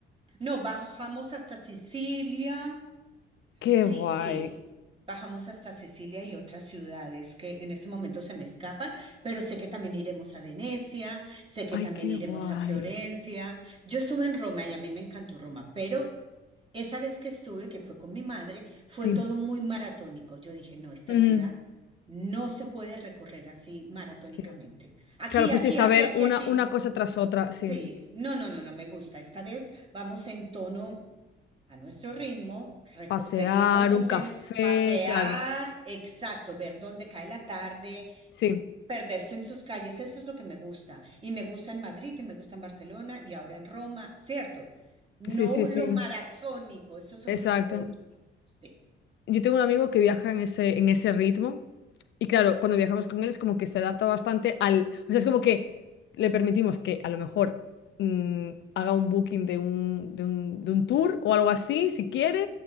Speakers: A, on the right (about 30°); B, on the left (about 65°).
A: No, bajamos hasta Sicilia.
B: Qué
A: Sí,
B: guay.
A: sí. Bajamos hasta Sicilia y otras ciudades que en este momento se me escapan, pero sé que también iremos a Venecia, sé que
B: Ay,
A: también
B: qué
A: iremos
B: guay.
A: a Florencia. Yo estuve en Roma y a mí me encantó Roma, pero esa vez que estuve, que fue con mi madre, fue
B: Sí.
A: todo muy maratónico. Yo dije, no, esta
B: Ujú,
A: ciudad no se puede recorrer así maratónicamente.
B: Sí.
A: Aquí,
B: Claro,
A: aquí,
B: fuisteis
A: aquí,
B: a ver
A: aquí, aquí.
B: una, una cosa tras otra, sí.
A: Sí, no, no, no, no me gusta. Esta vez vamos en tono a nuestro ritmo, reco-
B: Pasear,
A: perdiéndonos
B: un café,
A: el pasear,
B: claro.
A: exacto, ver dónde cae la tarde,
B: Sí,
A: perderse en sus calles, eso es lo que me gusta. Y me gusta en Madrid, y me gusta en Barcelona, y ahora en Roma, ¿cierto? No
B: sí, sí, sí.
A: lo maratónico, eso es
B: Exacto.
A: otro tipo de turismo. Sí.
B: Yo tengo un amigo que viaja en ese, en ese ritmo y claro, cuando viajamos con él es como que se adapta bastante al... O sea, es como que le permitimos que a lo mejor mm, haga un booking de un, de un, de un tour o algo así, si quiere,